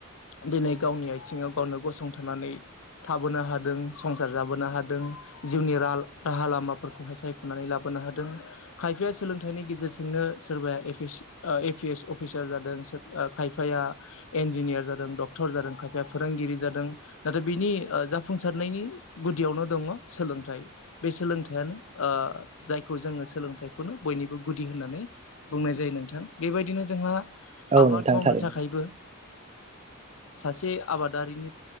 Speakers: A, on the left; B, on the right.
A: दिनै गावनि आथिङाव गावनो गसंथानानै थाबोनो हादों संसार जाबोनो हादों जिउनि राहा लामाफोरखौहाय सायख'नानै लाबो- हादों खायफाया सोलोंथाइनि गेजेरजोंनो सोरबाया ए पि एस फिसार जादों खायफाया इन्जिनियार जादों डक टर जादों खायफाया फोरोंगिरि जादों नाथाय बिनि जाफुंसारनायनि गुदियावनो दङ सोलों थाइ बे सोलोंथाइयानो ओ जायखौ जोङो सोलोंथाइखौनो बयनिबो गुदि होननानै बुंनाय जायो नोंथां बेबायदिनो जोंहा
B: औ
A: आबाद
B: नोंथां
A: मावनो
B: थारैनो
A: थाखायबो सासे आबादारिनि